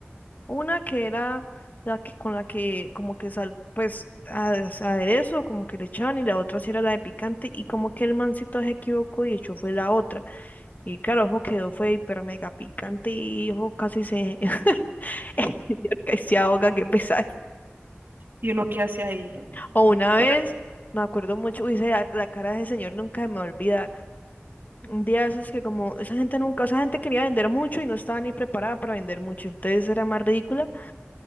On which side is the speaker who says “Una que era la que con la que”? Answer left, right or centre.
Left